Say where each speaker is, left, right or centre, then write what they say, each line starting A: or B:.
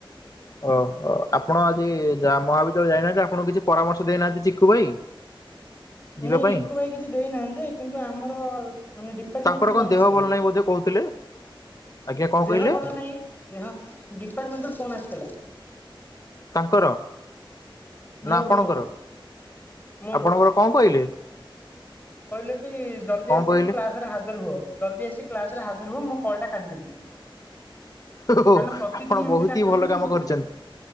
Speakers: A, on the left (about 40°); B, on the left (about 20°).
A: ଓହୋ ଆପଣ ଆଜି ଯା ମହାବିଦ୍ୟାଳୟ ଯାଇନାହାନ୍ତି ଆପଣଙ୍କୁ କିଛି ପରାମର୍ଶ ଦେଇନାହାନ୍ତି ଚିକୁ ଭାଇ? ଯିବା
B: ନାଇଁ
A: ପାଇଁ
B: ଇକୁ ଭାଇ କିଛି ଦେଇନାହାନ୍ତି ଯେ କିନ୍ତୁ ଆମର ମାନେ ଡିପାର୍ଟମେଣ୍ଟ
A: ତାଙ୍କର
B: ରୁ
A: କଣ
B: ଫୋନ
A: ଦେହ
B: ଆସିଛି।
A: ଭଲ ନାହିଁ ବୋଧେ କହୁଥିଲେ। ଆଜ୍ଞା କଣ
B: ଦେହ
A: କହିଲେ
B: ଭଲ ନାଇଁ ଦେହ ଡିପାର୍ଟମେଣ୍ଟରୁ ଫୋନ ଆସିଥିଲା।
A: ତାଙ୍କର
B: ମୋର
A: ନା ଆପଣଙ୍କର
B: ମୋର ମୋର
A: ଆପଣଙ୍କର କଣ କହିଲେ?
B: କହିଲେ କି ଜଲ୍ଦି
A: କଣ
B: ଆସିକି
A: କହିଲେ?
B: କ୍ଲାସ ହାଜର ହୁଅ ଜଲ୍ଦି ଆସି କି କ୍ଲାସ ହାଜର ହୁଅ ମୁଁ କଲ୍ ଟା କାଟିଦେଲି।
A: ଓହୋ
B: କାରଣ ପ୍ରତିଦିନ
A: ଆପଣ
B: ଏମିତି
A: ବହୁତି
B: ଡାକୁଛନ୍ତି
A: ହି ଭଲ କାମ
B: କିନ୍ତୁ
A: କରିଚନ୍ତି।